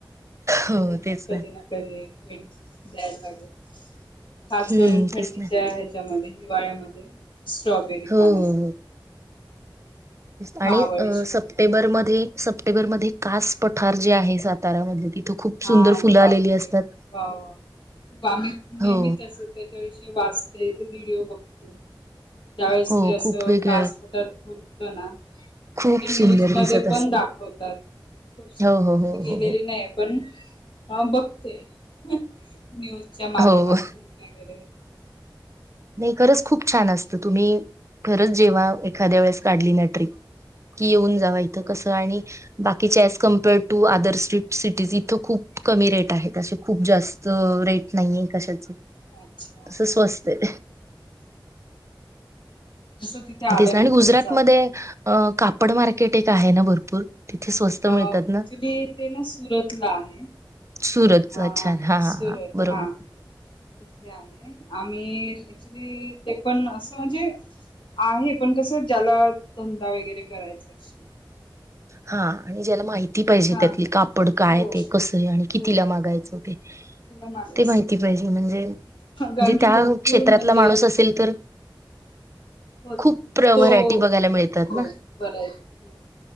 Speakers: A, on the left (about 80°); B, on the right (about 35°).
A: नक्की
B: हो तेच
A: कधी ना कधी भेट द्यायला लागल. खास
B: हम्म
A: करून थंडीच्या
B: तेच ना
A: ह्याच्यामध्ये हिवाळ्यामध्ये स्ट्रॉबेरी
B: हो
A: खाण्यास
B: हो हो आणि
A: महाबळेश्वरला
B: सप्टेंबरमध्ये सप्टेंबरमध्ये कास पठार जे आहे सातारामध्ये तिथं खूप सुंदर
A: हा
B: फुलं
A: बापरे
B: आलेली असतात
A: वाव खूप आम्ही नेहमीत
B: हो
A: असो त्याच्याविषयी वाचते व्हिडिओ बघते त्या वेेळेस
B: हो
A: ते असं
B: खूप वेगळ
A: कास पठार फुलत ना म्हणजे
B: खूप
A: न्यूज
B: सुंदर
A: मध्ये
B: दिसत असत
A: पण दाखवतात खूप सुंदर
B: हो हो हो
A: मी गेलेली
B: हो
A: नाहीये पण हा बघते. न्यूजच्या माध्यमातून
B: हो हो
A: वगैरे
B: नाही खरंच खूप छान असतं तुम्ही खरंच जेवा एखाद्या वेळेस काढली ना ट्रीप कि येऊन जावा इथं
A: हो
B: कस आणि बा च्या as compare to other street cities इथं खूप कमी रेट आहे असे खूप जास्त रेट नाहीे कशाच.
A: अच्छा.
B: तसं स्वस्त आहे
A: तसं तिथे आल्यानंतरच
B: तेच ना आणि गुजरात
A: आपण
B: मध्ये अ कापड मार्केट एक आहे ना भरपूर तिथे स्वस्त
A: अ
B: मिळतात ना?
A: ऍक्च्युली ते ना सुरतला आहे.
B: सुरतच
A: अ
B: अच्छा हां,
A: सुरत
B: हां बरोबर.
A: हा तिथे आहे आम्ही ऍक्च्युली ते पण असं म्हणजे आहे पण कस ज्याला धंदा वगैरे करायचा असेल
B: हा आणि ज्याला माहिती पाहिजे
A: हा
B: त्यातली कापड काय
A: हो
B: ते कसं आहे आणि कितीला
A: हो
B: म मागायचं
A: हो
B: होते.
A: तिला मारायचं
B: ते माहिती पाहिजे म्हणजे
A: कारण
B: जे
A: की
B: त्या
A: भरपूर
B: क्षेत्रातला
A: म्हणजे
B: माणूस असेल तर
A: हो
B: खूप प्र
A: तो
B: व्हरायटी बघायला मिळतात
A: हो
B: ना?
A: बर आहेेत हो